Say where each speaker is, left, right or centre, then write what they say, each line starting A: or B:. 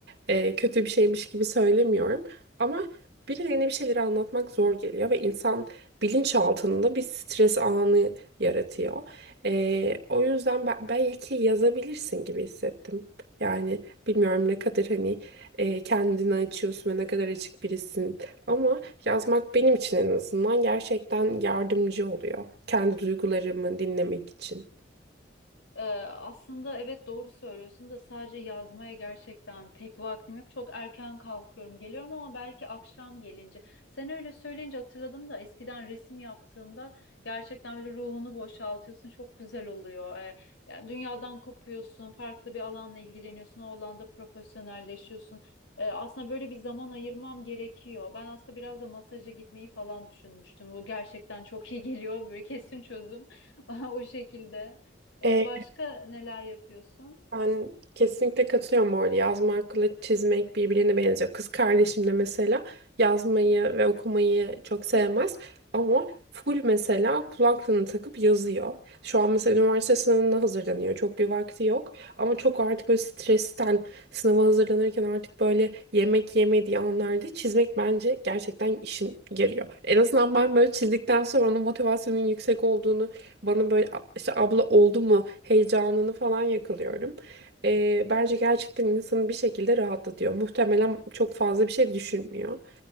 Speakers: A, on the right (about 55°); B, on the left (about 85°).
A: e, kötü bir şeymiş gibi söylemiyorum. Ama birilerine bir şeyleri anlatmak zor geliyor ve insan bilinçaltında bir stres anı yaratıyor. E, o yüzden ben, belki yazabilirsin gibi hissettim. Yani bilmiyorum ne kadar hani e, kendini açıyorsun ve ne kadar açık birisin. Ama yazmak benim için en azından gerçekten yardımcı oluyor. Kendi duygularımı dinlemek için.
B: Ee, aslında evet doğru söylüyorsun da sadece yazmaya gerçekten pek vaktim yok. Çok erken kalkıyorum, geliyorum ama belki akşam gelince. Sen öyle söyleyince hatırladım da eskiden resim yaptığımda gerçekten böyle ruhunu boşaltıyorsun. Çok güzel oluyor. Ee, yani dünyadan kopuyorsun, farklı bir alanla ilgileniyorsun, o alanda profesyonelleşiyorsun. Ee, aslında böyle bir zaman ayırmam gerekiyor. Ben aslında biraz da masaja gitmeyi falan düşünmüştüm. Bu gerçekten çok iyi geliyor. Böyle kesin çözüm <laughs> o şekilde.
A: Evet.
B: Ee, başka neler yapıyorsun?
A: Ben kesinlikle katılıyorum orada. Yazmakla çizmek birbirine benziyor. Kız kardeşim de mesela yazmayı ve okumayı çok sevmez ama full mesela kulaklığını takıp yazıyor. Şu an mesela üniversite sınavına hazırlanıyor. Çok bir vakti yok ama çok artık böyle stresten sınava hazırlanırken artık böyle yemek yemediği anlarda çizmek bence gerçekten işin yarıyor. En azından ben böyle çizdikten sonra onun motivasyonun yüksek olduğunu bana böyle işte abla oldu mu heyecanını falan yakalıyorum. Ee, bence gerçekten insanı bir şekilde rahatlatıyor. Muhtemelen çok fazla bir şey düşünmüyor.